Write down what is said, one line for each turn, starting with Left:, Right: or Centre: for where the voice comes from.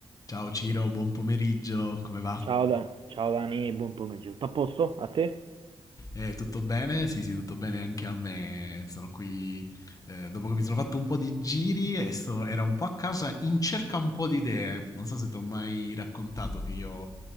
Left: Ciao Ciro, buon pomeriggio, come va?
Right: Ciao, Da- ciao Dani, buon pomeriggio. Tutto a posto? A te?
Left: Eh, tutto bene? Sì, sì, tutto bene anche a me. Sono qui eh, dopo che mi sono fatto un po' di giri e so- era un po' a casa in cerca un po' di idee. Non so se ti ho mai raccontato che io,